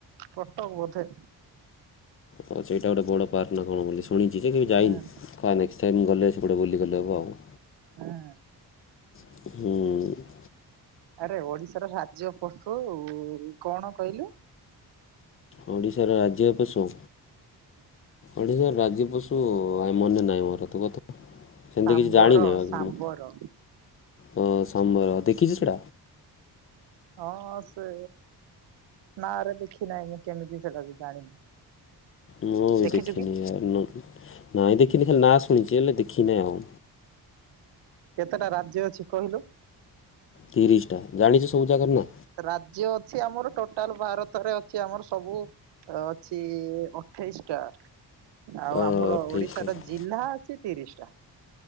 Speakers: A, on the right; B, on the left.
A: କଟକ ବୋଧେ।
B: ଆଉ ସେଇଟା ଗୋଟେ ବଡ଼ ପାର୍କ ନା କଣ ବୋଲି ଶୁଣିଚି ଯେ କେବେ ଯାଇନି।
A: ହଁ
B: ହଁ ନେକ୍ସଟ ଟାଇମ୍ ଗଲେ ସେପଟେ ବୁଲିଗଲେ ହେବ ଆଉ।
A: ହଁ
B: ହୁଁ।
A: ଆରେ ଓଡିଶାର ରାଜ୍ୟ ପଶୁ କଣ କହିଲୁ?
B: ଓଡ଼ିଶାର ରାଜ୍ୟ ପଶୁ ଓଡ଼ିଶା ରାଜ୍ୟ ପଶୁ ଆ ମନେ ନାହିଁ ମୋର ତୁ ମୋତେ ସେମିତି
A: ସାମ୍ବର
B: କିଛି ଜାଣିନି ଆ
A: ସାମ୍ବର
B: ମୁଁ ହଁ ସମ୍ଭୟ ଦେଖିଛୁ ସେଟା।
A: ହଁ ହଁ ସେ ନାରେ ଦେଖି ନାହିଁ ମୁଁ କେମିତି ସେଟାବି ଜାଣିନି।
B: ମୁଁ ବି
A: ଦେଖିଛୁ
B: ଦେଖିନି
A: କି
B: ଆ ନାଇଁ ଦେଖିନି ଖାଲି ନାଁ ଶୁଣିଚି ହେଲେ ଦେଖିନାହିଁ ଆଉ।
A: କେତେଟା ରାଜ୍ୟ ଅଛି କହିଲୁ।
B: ତିରିଶଟା ଜାଣିଛୁ ସବୁ ଜାଗାର ନାଁ।
A: ରାଜ୍ୟ ଅଛି ଆମର ଟୋଟାଲ ଭାରତରେ ଅଛି ଆମର ସବୁ ଅଛି ଅଠେଇଶି ଟା ଆଉ
B: ଅ,
A: ଆମର
B: ଅଠେଇଶଟା
A: ଓଡିଶାର ଜି ନା ଅଛି ତିରିଶି ଟା।